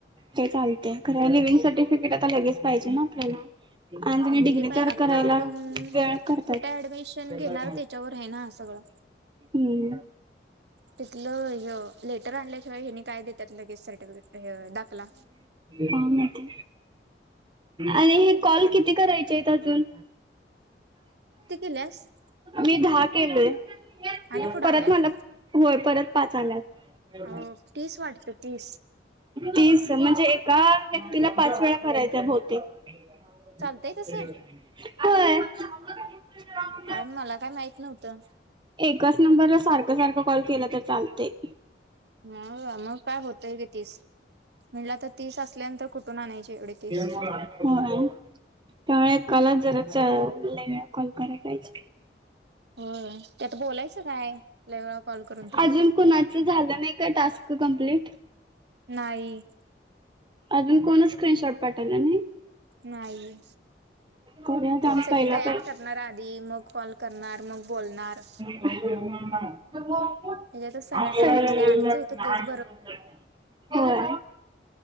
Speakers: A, on the right; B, on the right.
A: ते चालतेय खर लिविंग सर्टिफिकेट आता लगेच पाहिजे ना आपल्याला आणि
B: त्यांनी
A: त्या डिग्री
B: दिली पाहि
A: तर
B: आता
A: करायला
B: आपण
A: वेळ करतात
B: कुठे ऍडमिशन घेणार त्याच्यावर आहे ना सगळं
A: हम्म
B: तिथलं ह लेटर आणल्याशिवाय हिनी काय देतात लगेच सर्टिफिकेट दाखला
A: ह म ते आणि हे कॉल किती करायचे अजून
B: स
A: मी दहा केलेय
B: आणि पुढे
A: परत
B: आल्यात
A: मला होय परत पाच आल्यात हो
B: अ तीस वाटत तीस
A: तीस म्हणजे एका व्यक्तीला पाच वेळा करायचे भोते होय
B: चालतय तसं काय मला काय माहित नव्हतं
A: एकाच नंबरला सारखं सारखं कॉल केलं तर चालते
B: मग मग काय होतय ग तीस म्हटलं तर तीस असल्यानंतर कुठून आणायचे एवढे तीस.
A: के हो त्यावेळे कला जरा च लवे कॉल करायला पाहिजे <unintelligible>
B: हो त्यात बोलायचं काय लय वेळा कॉल करून तरी.
A: अजून कुणाच झालं नाही. का टास्क कंप्लीट
B: नाही
A: अजून कोण स्क्रीनशॉट पाठवला नाही.
B: नाही
A: करूया
B: ते
A: थांब
B: तर स
A: पहिला
B: की तयार
A: पाहि
B: करणार आधी मग कॉल करणार मग बोलणार
A: ह ह
B: त्याच्यातच
A: <inaudible>
B: सगळा टाइमपास ते आधीच होतं
A: अक्षर
B: तेच
A: <inaudible>